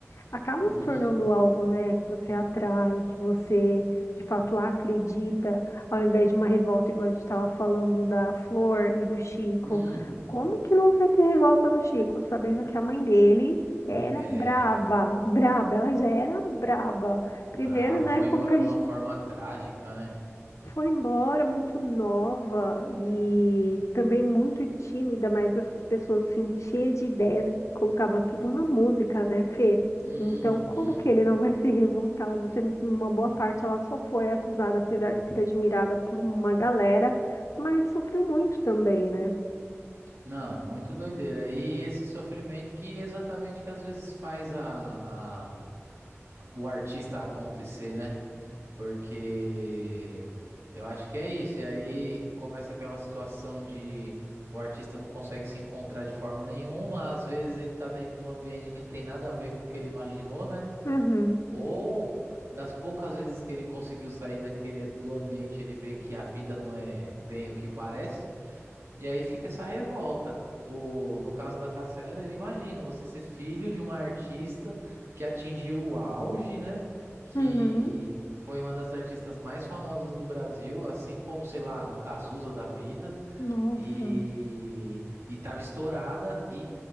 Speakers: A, on the left; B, on the right.
A: acaba
B: Hum,
A: se tornando algo, né, que você atrai, que você de fato acredita, ao invés de uma revolta, igual a gente estava falando da Flor e do Chico.
B: hum.
A: Como que não vai ter revolta no Chico, sabendo que a mãe dele era
B: É.
A: braba, braba, ela já era braba. Primeiro,
B: Brabo,
A: né,
B: foi
A: como
B: embora
A: que a
B: de
A: gente
B: uma forma trágica, né?
A: foi embora muito nova e também muito tímida, mas essas pessoas assim, cheias de ideias, colocava tudo na música, né, Fê?
B: Uhum.
A: Então, como que ele não vai ser revoltado, sendo que uma boa parte ela só foi acusada, apesar de ser admirada por uma galera, mas sofreu muito também, né?
B: Não, muito doideira. E esse sofrimento que exatamente que às vezes faz a, a- o artista acontecer, né? Porque eu acho que é isso. E aí começa aquela situação de o artista não consegue se encontrar de forma nenhuma. Às vezes ele tá dentro de um ambiente que não tem nada a ver com o que ele imaginou, né?
A: Uhum,
B: Ou das poucas vezes que ele conseguiu sair naquele do ambiente, ele vê que a vida não é bem o que parece. E aí fica essa revolta. Ou, no caso da Cássia Eller, imagina você ser filho de uma artista que atingiu o auge, né? Que
A: uhum,
B: foi uma das artistas mais famosas do Brasil, assim como, sei lá, um Cazuza da vida.
A: nossa,
B: E, e tava estourada e,